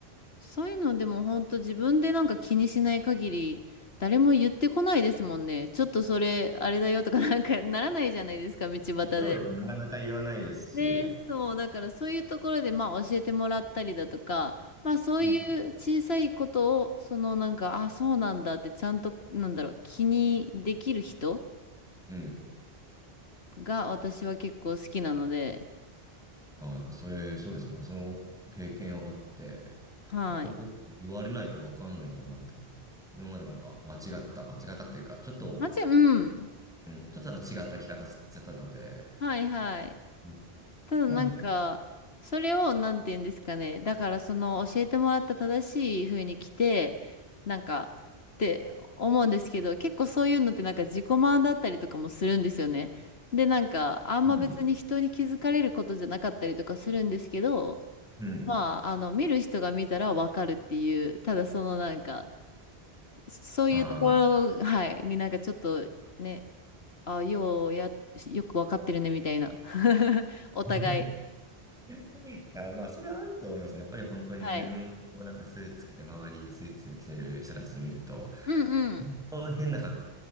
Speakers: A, on the left; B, in the centre.
A: そういうのでも本当自分でなんか気にしない限り誰も言ってこないですもんね。ちょっとそれあれだよとかなんかならないじゃないですか、<laughs> 道端で。
B: そうです。なかなか言わないですし、
A: ね、そう、だからそういうところでまあ教えてもらったりだとか、まあそういう小さいことをそのなんか、
B: うん。
A: あ、そうなんだってちゃんとなんだろう、気にできる人
B: うん
A: が私は結構好きなので、
B: ああ、なんかそれ、そうですね。なんかその経験あって、
A: はい。
B: やっぱりこう言われないとわかんないんだなって感じで。今までなんか間違った、間違ったっていうか、ちょっと、
A: まち、うん。
B: うん、ちょっと違った聞き方してたので、
A: はいはい。
B: うん
A: ただなんか、
B: まあもちろ
A: それをなんて言うんですかね。だからその教えてもらった正しい風に来て、なんか、って思うんですけど、結構そういうのってなんか自己満だったりとかもするんですよね。で、なんか、あんま別に人に気づかれることじゃなかったりとかするんですけど、
B: ん、うん。うん
A: まあ、あの、見る人が見たらわかるっていう、ただそのなんか、そういうところ、
B: ああ。
A: はい、になんかちょっとね、あ、ようや、よくわかってるねみたいな。<laughs> お互い。
B: <laughs> いや、まあ、それはあると思いますね。やっぱり本当に自分もなんかスーツ着て、
A: はい。
B: 周りスーツ着てる人たち見ると、
A: うんうん。
B: 本当変な格好、